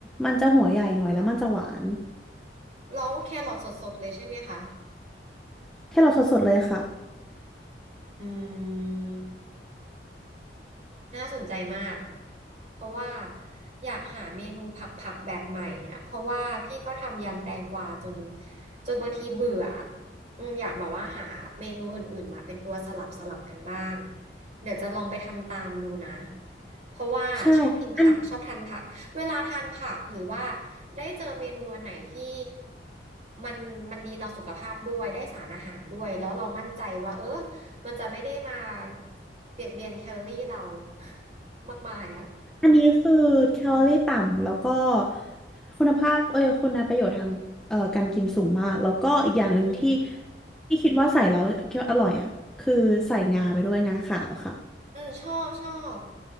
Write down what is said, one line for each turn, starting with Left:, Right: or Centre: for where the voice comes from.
Centre: มันจะหัวใหญ่หน่อยแล้วมันจะหวาน
Right: แล้วแครอทสดๆเลยใช่ไหมคะ
Centre: แครอทสดๆเลยค่ะ
Right: อืม น่าสนใจมาก เพราะว่าอยากหาเมนูผักผักแบบใหม่อ่ะเพราะว่าพี่ก็ทำยำแตงกวาจนจนบางทีเบื่ออะอืมอยากแบบว่าหาเมนูอื่นๆมาเป็นตัวสลับสลับกันบ้างเดี๋ยวจะลองไปทำตามดูนะเพราะว่าชอบกินผักชอบทานผักเวลาทานผักหรือว่า
Centre: ใช่อัน
Right: ได้เจอเมนูอันไหนที่มันมันดีต่อสุขภาพด้วยได้สารอาหารด้วยแล้วเรามั่นใจว่าเออ มันจะไม่ได้มาเบียดเบียนแคลอรี่เรา <laughs> มากมายอ่ะเออ
Centre: อันนี้คือแคลอรี่ต่ำแล้วก็คุณภาพเอ้ยคุณประโยชน์ทางเอ่อการกินสูงมากแล้วก็อีกอย่างหนึ่งที่
Right: อืม
Centre: ที่คิดว่าใส่แล้วคิดว่าอร่อยอ่ะคือใส่งาไปด้วยงาขาวค่ะ
Right: อืมชอบชอบ